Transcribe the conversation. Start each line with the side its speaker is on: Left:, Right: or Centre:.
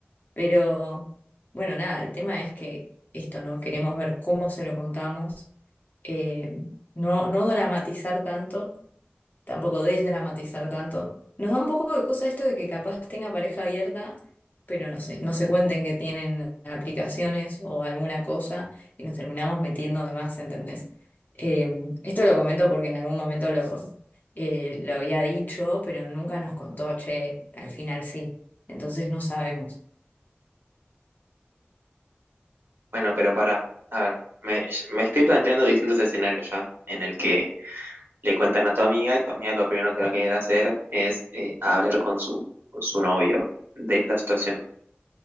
Left: pero bueno, nada, el tema es que esto, ¿no? Queremos ver cómo se lo contamos, eh, no, no dramatizar tanto tampoco desdramatizar tanto. Nos da un poco de cosa esto de que capaz tenga pareja abierta, pero no sé, no se cuenten que tienen aplicaciones o alguna cosa y nos terminamos metiendo de más, ¿entendés? Eh, esto lo comento porque en algún momento lo, eh, lo había dicho, pero nunca nos contó, che, al final sí. Entonces no sabemos.
Right: Bueno, pero para, a ver, me, me estoy planteando distintos escenarios ya, en el que le cuentan a tu amiga y tu amiga lo primero que va a querer hacer es eh, hablar con su, con su novio de esta situación.